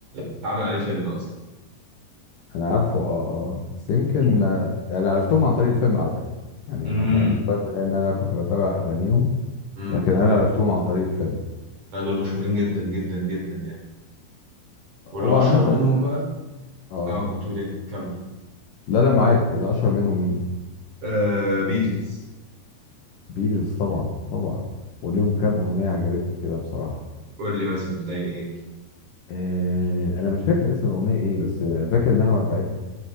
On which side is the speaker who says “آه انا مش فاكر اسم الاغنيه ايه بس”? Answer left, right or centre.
Left